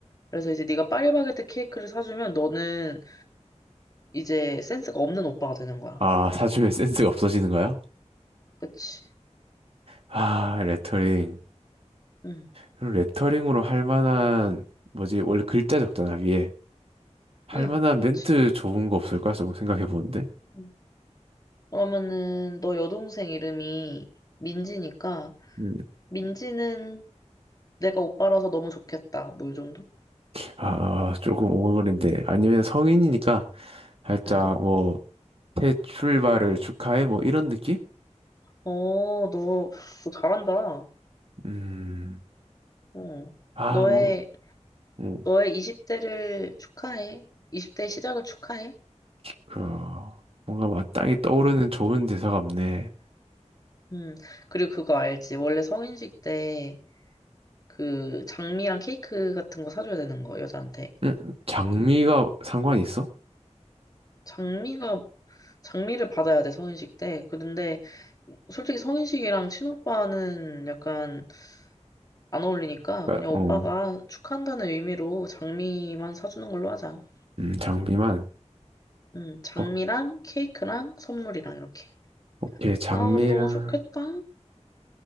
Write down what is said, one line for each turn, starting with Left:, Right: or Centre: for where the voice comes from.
Left: 그래서 이제 네가 파리바게트 케이크를 사주면 너는 이제 센스가 없는 오빠가 되는 거야.
Right: 아, 사주면 센스가 없어지는 거야?
Left: 그치?
Right: 아, 레터링.
Left: 응.
Right: 그럼 레터링으로 할 만한 뭐지? 원래 글자 적잖아, 위에. 할
Left: 응,
Right: 만한
Left: 그렇지.
Right: 멘트 좋은 거 없을까? 조금 생각해 보는데.
Left: 응. 그러면은 너 여동생 이름이 민지니까
Right: 음.
Left: 민지는 내가 오빠라서 너무 좋겠다. 뭐 이 정도?
Right: 아, 조금 오글거린데. 아니면 성인이니까 살짝
Left: 응.
Right: 뭐, 새 출발을 축하해, 뭐, 이런 느낌?
Left: 어, 너, 너 잘한다.
Right: 음,
Left: 어.
Right: 아,
Left: 너의
Right: 뭔, 음,
Left: 너의 20대를 축하해. 20대 시작을 축하해.
Right: 그, 뭔가 마땅히 떠오르는
Left: 응.
Right: 좋은 대사가 없네.
Left: 음, 그리고 그거 알지? 원래 성인식 때 그 장미랑 케이크 같은 거 사줘야 되는 거 여자한테.
Right: 음, 장미가 상관이 있어?
Left: 장미가 장미를 받아야 돼 성인식 때. 그런데 솔직히 성인식이랑 친오빠는 약간 안 어울리니까
Right: 그러니까,
Left: 그냥 오빠가
Right: 어,
Left: 축하한다는 의미로 장미만 사주는 걸로 하자.
Right: 음, 장미만.
Left: 음, 장미랑
Right: 어,
Left: 케이크랑 선물이랑 이렇게.
Right: 오케이, 장미랑.
Left: 아, 근데 너무 좋겠다.